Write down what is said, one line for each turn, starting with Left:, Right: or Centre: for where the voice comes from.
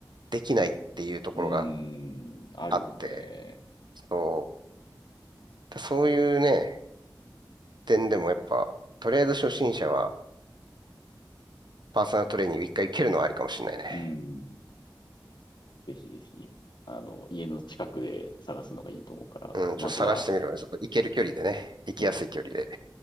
Right: できないっていうところが
Left: うん、あるよね。
Right: あって、そう、そういうね、点でもやっぱ、とりあえず初心者はパーソナルトレーニング一回行けるのはありかもしれないね。
Left: うん。ぜひぜひ、あの、家の近くで探すのがいいと思うから、
Right: うん、
Left: まずは、
Right: ちょっと探してみるわ。ちょっと行ける距離でね、行きやすい距離で。
Left: うん